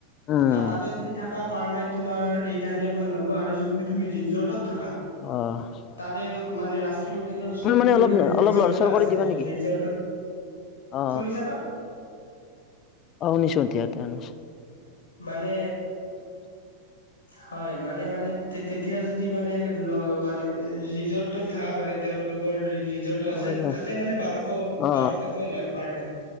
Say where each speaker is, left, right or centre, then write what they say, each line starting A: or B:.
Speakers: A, on the left; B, on the left.
A: উম
B: তাতে যদি থাকা পাৰ নাইট তোমাৰ এইট হানড্ৰেড মান ল'ব আৰু যদি তুমি ৰিজৰ্টত থাকা
A: কিমান
B: তাৰে মানে ৰাষ্ট্ৰীয় উদ্যানৰ ওচৰত
A: তোমাৰ তোমাৰ মানে
B: কোনটো
A: অলপ
B: ৰিজৰ্ট
A: অলপ লৰচৰ
B: এটা
A: কৰি
B: আছে
A: দিবা
B: ৰিজৰ্টত
A: নেকি অ
B: শুনিছা ন
A: অ শুনিছোঁ এতিয়া এতিয়া শুনিছোঁ
B: মানে হয় মানে মানে তেতিয়া যদি মানে ল মানে ৰিজৰ্টত থাকা মানে তেওঁলোকৰ ৰি ৰিজৰ্টটো
A: শুনিছো।
B: আছে তাতে মানে বাৰশ
A: অ
B: বাৰশকে লয় পাৰ নাইট